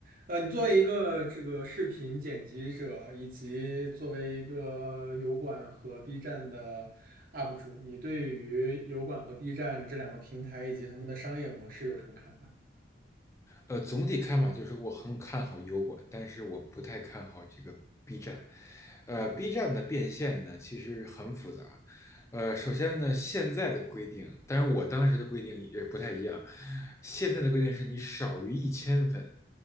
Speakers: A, on the right; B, on the left.
A: 呃，你作为一个这个视频剪辑者，以及作为一个油管和 B 站的 UP 主，你对于油管和 B 站这两个平台以及他们的商业模式有什么看法
B: 呃，总体看法就是我很看好油管，但是我不太看好这个 B 站。呃，B
A: 啊？
B: 站的变现呢，其实很复杂。呃，首先呢，现在的规定，当然我当时的规定也不太一样。现在的规定是你少于一千粉，